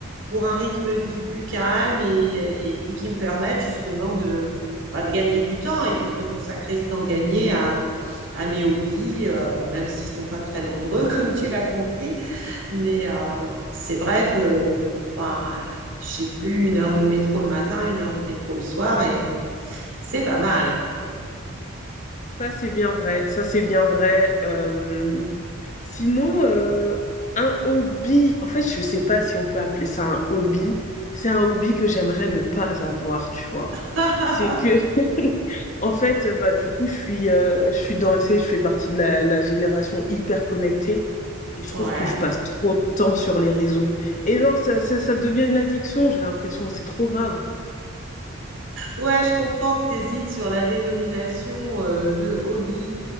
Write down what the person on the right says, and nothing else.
pour un rythme de vie plus calme et, et puis qui me permette, justement, de, ben, de gagner du temps et donc de consacrer ce temps gagné à, à mes hobbies, euh, même s'ils sont pas très nombreux, <laughs> comme tu l'as compris. Mais euh, c'est vrai que ben, j'ai plus une heure de métro le matin, une heure de métro le soir et c'est pas mal.
<laughs>
Ouais.
Ouais, je comprends que tu hésites sur la dénomination euh, de hobby.